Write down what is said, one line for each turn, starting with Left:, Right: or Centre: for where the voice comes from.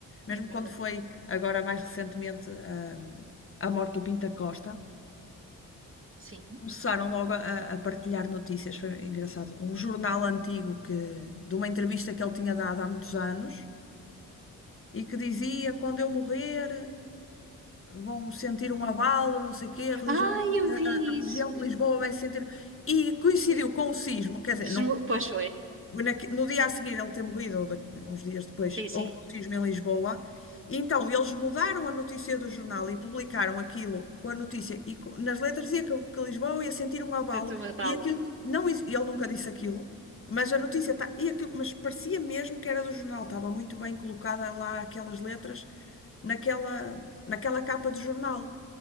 Left: Mesmo
Right: é verdade,
Left: quando foi agora mais recentemente a, a morte do Pinta Costa.
Right: sim.
Left: Começaram logo a, a partilhar notícias, foi engraçado. Um jornal antigo que, de uma entrevista que ele tinha dado há muitos anos e que dizia: quando eu morrer, vão sentir
Right: Uhum.
Left: um abalo, não sei o quê, a religião,
Right: Ah, eu vi
Left: a religião
Right: isso.
Left: de Lisboa vai sentir. E coincidiu
Right: E-
Left: com o sismo, quer dizer,
Right: esmo-
Left: não,
Right: Pois foi,
Left: naque- no dia a seguir ele ter morrido, ou da- uns dias depois,
Right: sim, sim.
Left: houve o cisma em Lisboa. E então eles mudaram a notícia do jornal e publicaram aquilo com a notícia. E co- nas letras dizia que, que Lisboa ia sentir um abalo.
Right: Estou a falo.
Left: E aquilo, não, ex- ele nunca disse aquilo, mas a notícia está. E aquilo, mas parecia mesmo que era do jornal, estava muito bem colocada lá aquelas letras naquela, naquela capa do jornal.